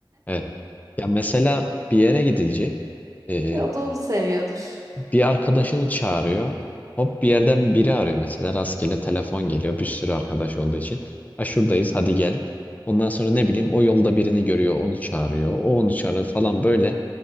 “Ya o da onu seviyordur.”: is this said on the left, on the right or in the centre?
Right